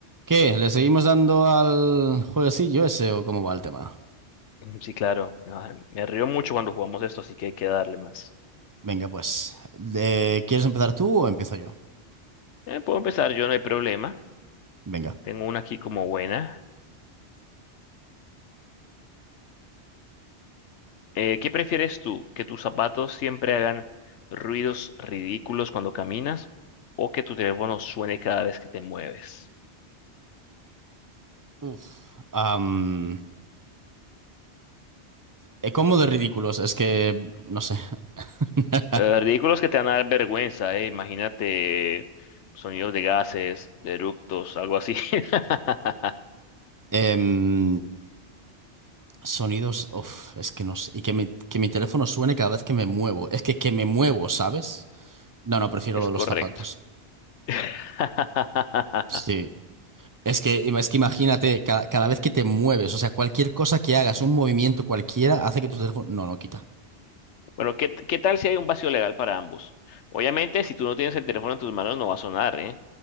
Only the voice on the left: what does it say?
Mm, Sí, claro. Ah, me río mucho cuando jugamos esto, así que hay que darle más.
Eh, puedo empezar yo, no hay problema.
Tengo una aquí como buena. Eh, ¿qué prefieres tú? ¿Que tus zapatos siempre hagan ruidos ridículos cuando caminas o que tu teléfono suene cada vez que te mueves?
Eh, ridículos que te van a dar vergüenza, eh. Imagínate sonidos de gases, de eructos, algo así. <laughs>
Es
correcto.
<laughs>
Bueno, ¿qué, qué tal si hay un vacío legal para ambos? Obviamente, si tú no tienes el teléfono en tus manos, no va a sonar, ¿eh?